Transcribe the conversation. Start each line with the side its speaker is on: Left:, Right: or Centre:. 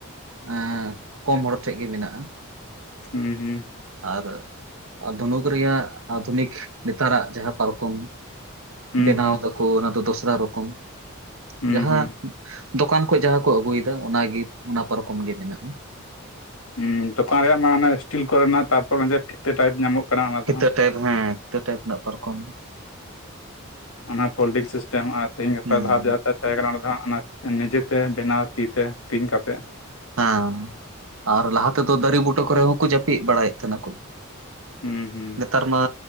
Right: ᱮᱸ ᱠᱚᱢ ᱦᱚᱲ ᱴᱷᱮᱡ ᱜᱮ ᱢᱮᱱᱟᱜᱼᱟ
Left: ᱦᱩᱸ ᱦᱩᱸ
Right: ᱟᱨ ᱫᱷᱚᱱᱩᱠ ᱨᱮᱭᱟᱜ ᱟᱫᱷᱩᱱᱤᱠ ᱱᱮᱛᱟᱨᱟᱜ ᱡᱟᱦᱟᱸ ᱯᱟᱨᱠᱚᱢ
Left: ᱦᱩᱸ
Right: ᱵᱮᱱᱟᱣ
Left: ᱦᱩᱸ
Right: ᱫᱟᱠᱚ ᱚᱱᱟ ᱫᱚ ᱫᱚᱥᱨᱟ ᱨᱚᱠᱚᱢ
Left: ᱦᱩᱸ
Right: ᱡᱟᱦᱟᱸ
Left: ᱦᱩᱸ
Right: ᱫᱚᱠᱟᱱ ᱠᱚ ᱡᱟᱦᱟᱸ ᱠᱚ ᱟᱹᱜᱩᱭᱫᱟ ᱚᱱᱟᱜᱮ ᱚᱱᱟ ᱯᱟᱨᱠᱚᱢ ᱜᱮ ᱢᱮᱱᱟᱜᱼᱟ
Left: ᱩ ᱫᱚᱠᱟᱱ ᱨᱮᱭᱟᱜ ᱢᱟ ᱚᱱᱟ ᱤᱥᱴᱤᱞ ᱠᱚᱨᱮᱱᱟᱜ ᱛᱟᱯᱚᱨ ᱯᱷᱤᱛᱟᱹ ᱴᱟᱭᱤᱯ ᱧᱟᱢᱚᱜ ᱠᱟᱱᱟ ᱚᱱᱟ
Right: ᱯᱷᱤᱛᱟᱹ
Left: ᱫᱚ ᱦᱟᱸᱜ
Right: ᱴᱟᱭᱤᱯ ᱦᱮᱸ ᱯᱷᱤᱛᱟᱹ ᱴᱟᱭᱤᱯ ᱨᱮᱱᱟᱜ ᱯᱟᱨᱠᱚᱢ
Left: ᱚᱱᱟ ᱯᱷᱳᱞᱰᱤᱝ ᱥᱤᱥᱴᱮᱢ ᱟᱨ ᱛᱤᱦᱤᱧ ᱜᱟᱯᱟ
Right: ᱦᱩᱸ
Left: ᱞᱟᱦᱟ ᱡᱟᱦᱟᱸ ᱛᱟᱦᱮᱸ ᱠᱟᱱᱟ ᱚᱱᱟ ᱫᱚ ᱦᱟᱸᱜ ᱚᱱᱟ ᱱᱤᱡᱮᱛᱮ ᱵᱮᱱᱟᱣ ᱛᱤ ᱛᱮ ᱛᱤᱧ ᱠᱟᱛᱮᱜ
Right: ᱦᱮᱸ ᱟᱨ ᱞᱟᱦᱟ ᱛᱮᱫᱚ ᱫᱟᱨᱮ ᱵᱩᱴᱟᱹ ᱠᱚᱨᱮ ᱦᱚᱸᱠᱚ ᱡᱟᱹᱯᱤᱫ ᱵᱟᱲᱟᱭᱮᱫ ᱛᱟᱦᱮᱱᱟ ᱠᱚ
Left: ᱦᱩᱸ ᱦᱩᱸ
Right: ᱱᱮᱛᱟᱨ ᱢᱟ